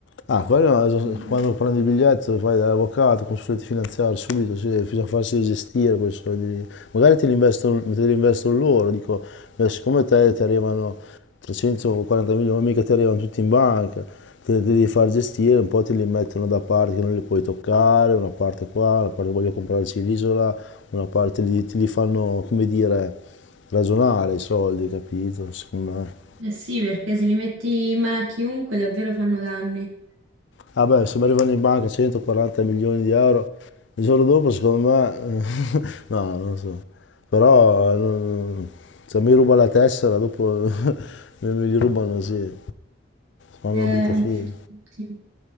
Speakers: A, on the left (about 65°); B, on the right (about 90°).
A: Ah, quello
B: <laughs>
A: quando prendi il biglietto fai dall'avvocato, consulente finanziario, subito, sì, bisogna farsi gestire quei soldi lì. Magari te li investono, te li investono loro, dico, ma siccome te ti arrivano 340 milioni, mica ti arrivano tutti in banca, te li devi far gestire, un po' te li mettono da parte che non li puoi toccare, una parte qua, una parte voglio comprarci l'isola, una parte li, ti li fanno, come dire, ragionare i soldi, capito? Secondo me.
B: Eh sì, perché se li metti in mano a chiunque davvero fanno danni.
A: Vabbè, se mi arrivano in banca 140 milioni di euro, il giorno dopo secondo me, <laughs> no, non so, però non- se mi ruba la tessera dopo <laughs> me me li rubano, sì, fanno
B: Eh,
A: una brutta fine.
B: sì.